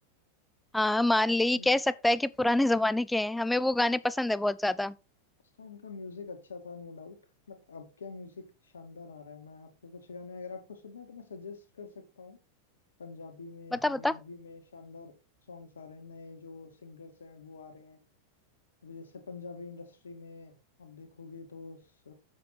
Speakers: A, in the centre; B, on the left.
A: हाँ मान
B: अम,
A: ले ये कह सकता है कि पुराने जमाने के हैं हमें वो गाने पसंद है बहुत ज्यादा
B: उस टाइम का म्यूजिक अच्छा था नो डाउट बट अब क्या म्यूजिक शानदार आ रहा है मैं आपको कुछ गाने अगर आपको सुनना है तो मैं सजेस्ट कर सकता हूँ पंजाबी में
A: बता
B: हरियाणवी
A: बता
B: में शानदार सॉन्ग्स आ रहे हैं नए जो सिंगर्स हैं वो आ रहे हैं अभी जैसे पंजाबी इंडस्ट्री में आप देखोगे तो स-